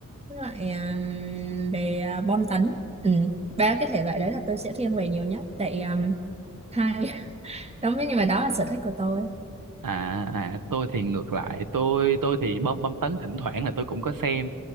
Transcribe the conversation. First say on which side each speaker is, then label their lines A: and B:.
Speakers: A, on the right; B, on the right.
A: với lại um, về à, bom tấn ừ. ba cái thể loại đấy là tôi sẽ thiên về nhiều nhất tại um, hai <laughs> đó nhưng mà đó là sở thích của tôi
B: À, à à, tôi thì ngược lại tôi tôi thì bom bom tấn thỉnh thoảng là tôi cũng có xem